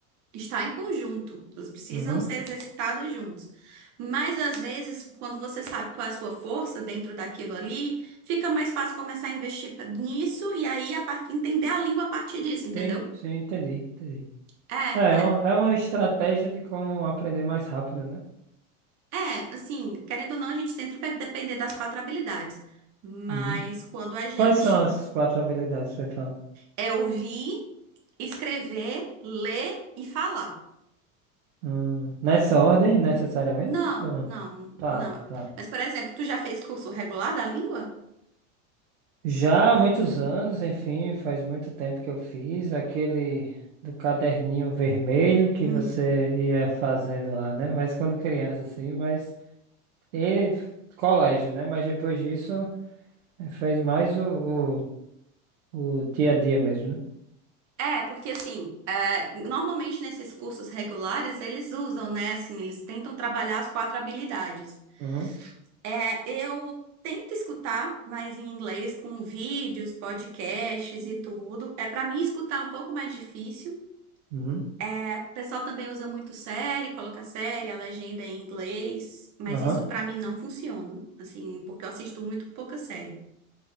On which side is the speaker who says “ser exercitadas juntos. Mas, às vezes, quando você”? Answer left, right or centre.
Right